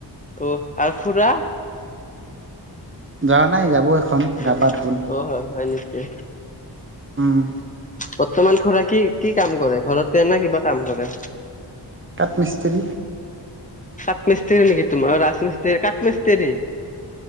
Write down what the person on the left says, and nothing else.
অ আৰু খুৰা?
আহ
অ হয় হয় নেকি
বৰ্তমান খুৰা কি-কি কাম কৰে? ঘৰতে নে কিবা কাম কৰে?
কাট মিস্ত্ৰী নেকি তোমাৰা, অ ৰাসমিস্ত কাট মিস্ত্ৰী